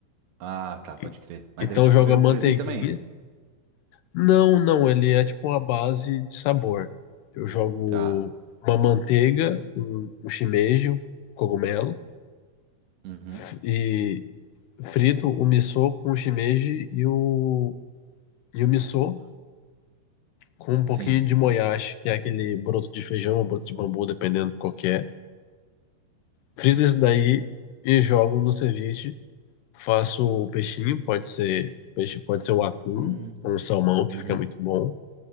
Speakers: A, on the right; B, on the left.
A: Ah, tá,
B: E-
A: pode crer. Mas
B: Então
A: aí te
B: eu jogo
A: prefiro
B: a manteiguinha.
A: um purezinho também.
B: Não, não, ele é tipo uma base de sabor. Eu jogo
A: Tá.
B: uma manteiga, um, um shimeji, um cogumelo,
A: Uhum.
B: f- e frito o miso com o shimeji e o, e o miso com um pouquinho
A: Sim.
B: de moyashi, que é aquele broto de feijão ou broto de bambu, dependendo qual que é. Frito isso daí e jogo no ceviche. Faço o peixinho, pode ser peixe, pode ser o atum,
A: Hum.
B: ou um salmão, que
A: Uhum.
B: fica muito bom.